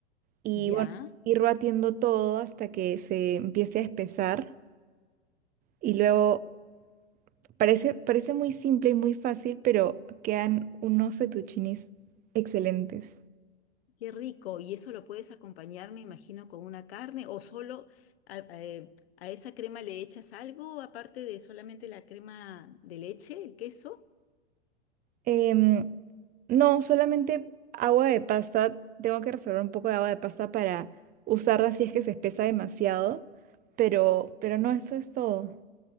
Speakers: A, on the right; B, on the left.
A: y
B: Ya,
A: bueno, ir batiendo todo hasta que se empiece a espesar y luego parece, parece muy simple y muy fácil, pero quedan unos fettuccinis excelentes.
B: qué rico. Y eso lo puedes acompañar, me imagino, con una carne o solo a, eh, a esa crema le echas algo aparte de solamente la crema de leche, el queso.
A: Em, No, solamente agua de pasta. Tengo que reservar un poco de agua de pasta para usarla si es que se espesa demasiado. Pero, pero no, eso es todo.